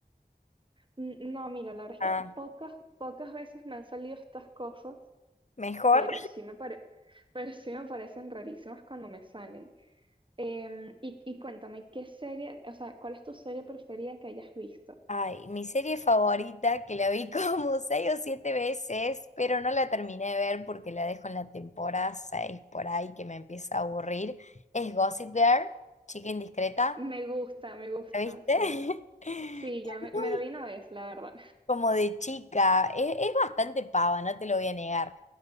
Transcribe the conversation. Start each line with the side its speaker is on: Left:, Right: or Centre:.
Right: N- No, mira, la verdad
Left: Ah,
Right: es que pocas, pocas veces me han salido estas cosas,
Left: mejor.
Right: pero sí me pare, <laughs> pero sí me parecen rarísimas cuando me salen. Em, y, y cuéntame, ¿qué serie, o sea, cuál es tu serie preferida que hayas visto?
Left: Ay, mi serie favorita, que la vi como <laughs> seis o siete veces, pero no la terminé de ver porque la dejo en la temporada 6 por ahí que me empieza a aburrir, es Gossip Girl, Chica Indiscreta.
Right: Me gusta, me gusta,
Left: ¿La viste?
Right: sí.
Left: <laughs>
Right: Sí, ya me, me
Left: Muy
Right: la vi una vez, la verdad.
Left: como de chica. Es, es bastante pava, no te lo voy a negar.